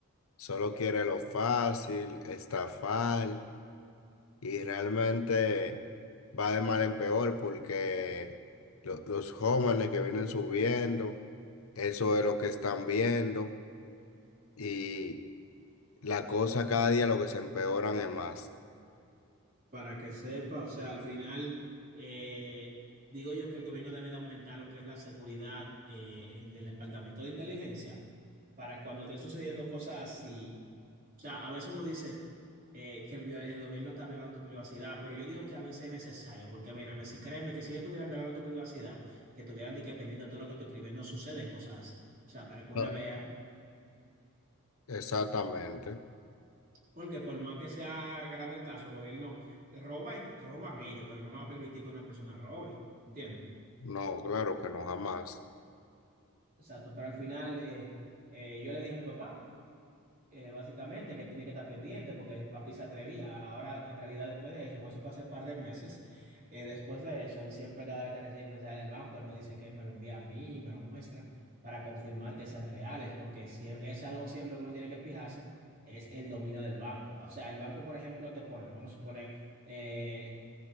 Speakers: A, on the left; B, on the right.
A: solo quiere lo fácil, estafar, y realmente va de mal en peor porque lo- los jóvenes que vienen subiendo, eso es lo que están viendo. Y la cosa cada día lo que se empeoran es más.
B: Para que sepa, o sea, al final eh, digo yo que el gobierno debe de aumentar lo que es la seguridad eh, en el departamento de inteligencia para cuando estén sucediendo cosas así. O sea, a veces uno dice eh, que el, vio- el gobierno está violando tu privacidad, pero yo digo que a veces es necesario, porque mírame, si créeme que si yo estuviera violando tu privacidad, que tuvieran de que pendiente de todo lo que tú escribes, no suceden cosas así. O sea, para que uno
A: No,
B: vea.
A: Exactamente.
B: Porque por más que sea grande el caso, el gobierno roba, en- roban ellos, pero no van a permitir que una persona robe, ¿entiendes?
A: No, claro que no, jamás.
B: Exacto, pero al final eh, eh, yo le dije a mi papá, eh, básicamente, que tiene que estar pendiente porque papi se atrevía. Ahora, en realidad, después de eso, por eso fue hace un par de meses, eh, después de eso, él siempre, cada vez que recibe un mensaje del banco, él me dice que me lo envía a mí, me lo muestra para confirmar que sean reales, porque si es algo siempre que uno tiene que fijarse, es el dominio del banco. O sea, el banco, por ejemplo, te pone, vamos a suponer, eh,